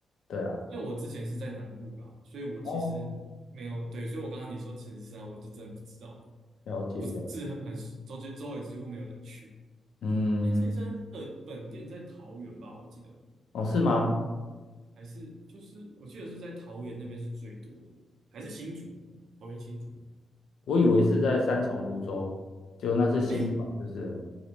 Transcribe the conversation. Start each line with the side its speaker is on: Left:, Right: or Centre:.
Left: 对啊，
Right: 因为我之前是在南部啦，所以我其实没有对，
Left: 哦，
Right: 所以我刚刚你说成绩山，我就真的不知道，
Left: 了解了解，
Right: 不是很很周周周围几乎没有人去。
Left: 嗯，
Right: 诶，成绩山的本店在桃园吧？我记得。
Left: 哦，是吗？
Right: 还是就是我记得是在桃园那边是最多的，还是新竹？桃园新竹？
Left: 我以为是在三重、泸州，就那是新款，
Right: 哎，
Left: 就是了